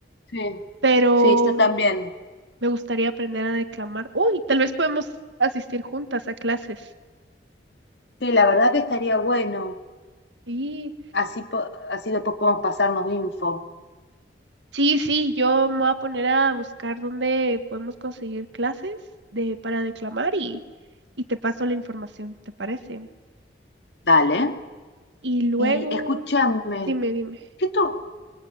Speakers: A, on the left; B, on the right.
A: sí,
B: pero
A: sí, yo también.
B: me gustaría aprender a declamar. Uy, tal vez podemos asistir juntas a clases.
A: Sí, la verdad que estaría bueno.
B: Sí,
A: Así, po- así después podemos pasarnos info.
B: sí, sí, yo me voy a poner a buscar dónde podemos conseguir clases de, para declamar y, y te paso la información, ¿te parece?
A: Dale.
B: Y luego,
A: Y escúchame,
B: dime, dime.
A: ¿qué, tú,